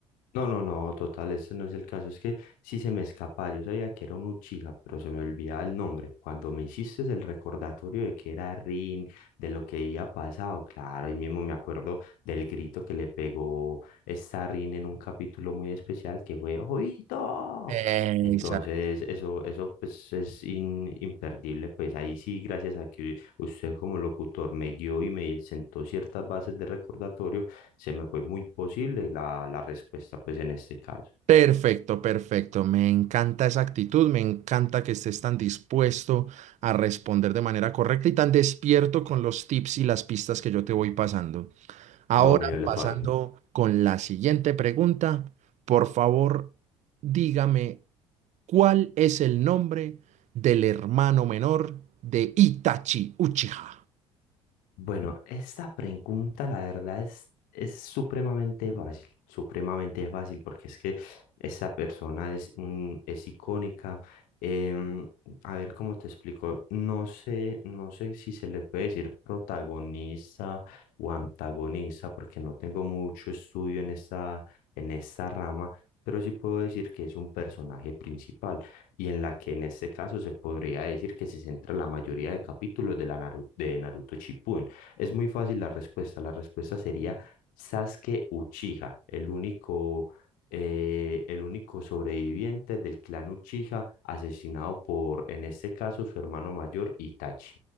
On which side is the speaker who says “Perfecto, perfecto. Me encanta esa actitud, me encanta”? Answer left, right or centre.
Right